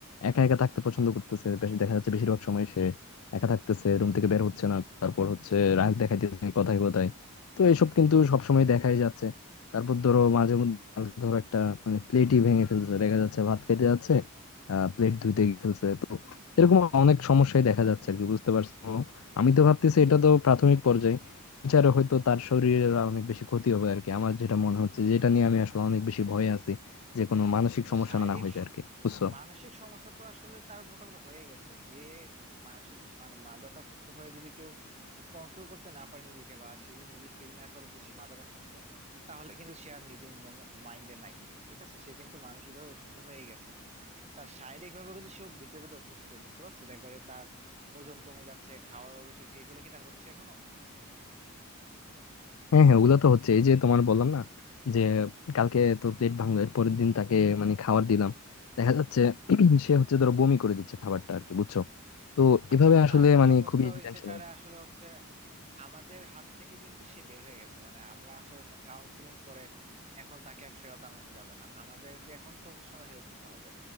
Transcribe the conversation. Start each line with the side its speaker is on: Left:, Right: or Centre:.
Left: একা একা থাকতে পছন্দ করতেছে বেশ দেখা যাচ্ছে বেশিরভাগ সময় সে একা থাকতেছে রুম থেকে বের হচ্ছে না তারপর হচ্ছে রাগ দেখাইতেছে কথায় কথায় তো এসব কিন্তু সবসময় দেখাই যাচ্ছে তারপর ধরো মাঝে মধ্যে ধরো একটা মানে প্লেটই ভেঙে ফেলছে দেখা যাচ্ছে ভাত খেতে যাচ্ছে আহ প্লেট ধুইতে গিয়ে ফেলছে তো এরকম অনেক সমস্যাই দেখা যাচ্ছে আর কি বুঝতে পারছো আমি তো ভাবতেছি এটা তো প্রাথমিক পর্যায়ে বিচারে হয়তো তার শরীরের অনেক বেশি ক্ষতি হবে আর কি আমার যেটা মনে হচ্ছে যেটা নিয়ে আমি আসলে অনেক বেশি ভয়ে আছি যে কোনো মানসিক সমস্যা
Right: শারীরিক
Left: না হয়ে
Right: স-
Left: যায় আর কি বুঝছো
Right: মানসিক সমস্যা তো আসলে তার মোটামুটি হয়ে গেছে যে মানসিক মানে মাদকাসক্ত হয়ে যদি কেউ কন্ট্রোল করতে না পারে নিজেকে বা সে যদি নিজে ফিল না করে যে সে মাদকাসক্ত তাহলে কিন্তু সে আর নিজের মন মাইন্ডে নাই ঠিক আছে সে কিন্তু মানসিক ভাবে অসুস্থ হয়ে গেছে তার শারীরিক ভাবে কিন্তু সে ভিতরে ভিতরে অসুস্থ হয়ে বুঝতে পারছো দেখবা যে তার ওজন কমে যাচ্ছে খাওয়ার অরুচি হচ্ছে, এগুলো কি তার হচ্ছে এখনো
Left: হ্যাঁ হ্যাঁ ওগুলো তো হচ্ছে এই যে তোমার বললাম না যে কালকে তো প্লেট ভাঙলো এর পরের দিন তাকে মানে খাবার দিলাম দেখা যাচ্ছে <clears throat> সে হচ্ছে ধরো বমি করে দিচ্ছে খাবারটা আর কি বুঝছো তো
Right: আচ্ছা
Left: এভাবে আসলে
Right: তার যে
Left: মানে
Right: অবস্থা
Left: খুবই
Right: হয়েছে
Left: টেনশন
Right: তারা আসলে হচ্ছে আমাদের হাত থেকে কিন্তু সে বের হয়ে গেছে মানে আমরা আসলে কাউন্সিলিং করে এখন তাকে আর ফেরত আনানো যাবে না আমাদেরকে এখন প্রফেশনাল হেল্প নিতে হবে